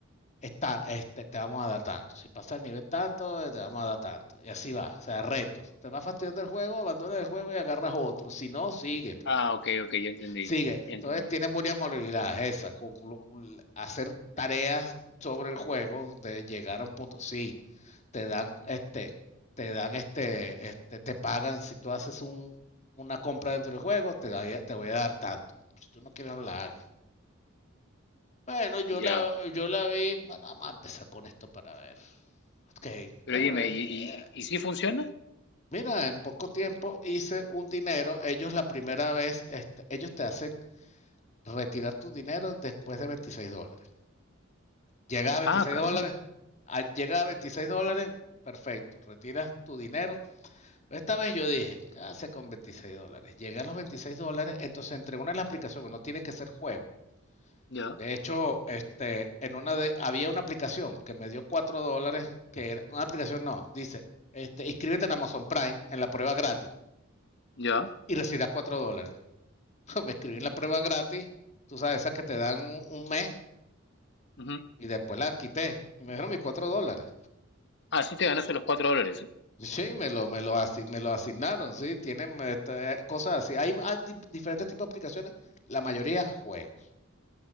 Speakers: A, on the left; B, on the left.
A: está, este, te vamos a dar tanto, si pasas el nivel tanto, eh, te vamos a dar tanto, y así va, o sea, retos, te vas fastidiando el juego, abandonas el juego y agarras otro, si no, sigue, pues,
B: Ah, ok, ok, ya entendí,
A: sigue,
B: ya
A: entonces
B: entendí,
A: tienen varias modalidades esas, con- hacer tareas sobre el juego, de llegar a un punto, sí, te dan este, te dan este, este, te pagan, si tú haces un, una compra dentro del juego, te, da- te voy a dar tanto. Si tú no quieres, no la hagas. Bueno, yo
B: ya.
A: la, yo la vi, bueno, vamos a empezar con esto para ver. Ok,
B: Pero
A: bueno,
B: dime,
A: eh,
B: ¿y,
A: eh,
B: y, y si funciona?
A: mira, en poco tiempo hice un dinero, ellos la primera vez, este, ellos te hacen retirar tu dinero después de veintiséis dólares. Llegas a veintiséis
B: Ah, caramba,
A: dólares, ah, llegas a 26 dólares, perfecto, retiras tu dinero Esta vez yo dije, ah, con 26 dólares. Llegué a los 26 dólares, entonces entre una de las aplicaciones, no tienen que ser juegos.
B: ya,
A: De hecho, este, en una de, había una aplicación que me dio 4 dólares, que era una aplicación, no, dice, este, inscríbete en Amazon Prime en la prueba gratis
B: ya.
A: y recibirás 4 dólares. <laughs> Me escribí en la prueba gratis, tú sabes, esa que te dan un, un mes
B: ujú.
A: y después la quité y me dieron mis 4 dólares.
B: Ah, sí te ganaste los cuatro dólares.
A: Sí, me lo, me lo, asi- me lo asignaron, sí, tienen este, cosas así. Hay, ah, di- diferentes tipos de aplicaciones, la mayoría juegos,